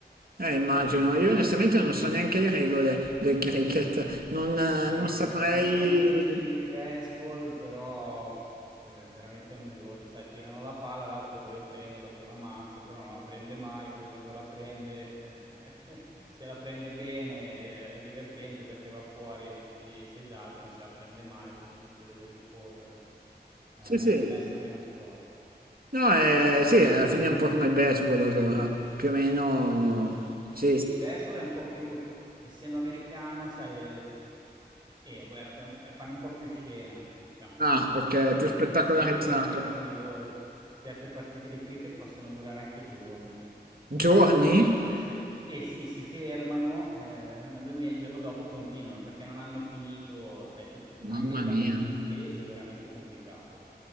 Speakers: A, on the right (about 60°); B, on the right (about 25°).
A: Eh, immagino.
B: Ehm,
A: Io
B: proprio
A: onestamente non so neanche le regole del cricket, non, eh,
B: eh,
A: non saprei...
B: è un po' è un po' una specie di baseball, però v veramente noioso, sai tirano la palla, l'altro deve prenderla con la mazza, però non la prende mai, poi quando la prende, ehm, <laughs> se la prende bene, ehm, è divertente perché va fuori e tutti si esaltano, se la prende male poi c'è uno che deve rincorrerla. Ma
A: Sì,
B: non
A: sì.
B: è non è 'sto gran sport,
A: No, eh, sì, alla
B: ehm
A: fine è un po' come il baseball allora, più o meno... Sì.
B: Sì, il baseball è un po' più essendo americano, sai, ehm, eh, è è è fanno un po' più scena, diciamo.
A: Ah, ok,
B: Ehm,
A: più spettacolarizzato.
B: il cricket è veramente noioso. Certe partite di cricket possono durare anche giorni.
A: Giorni?
B: Cioè sai eh sì, si fermano, ehm, vanno a dormire e il giorno dopo continuano, perché non hanno finito, sai, c'è tut anche
A: Mamma
B: il anche
A: mia.
B: il punteggio è veramente complicato.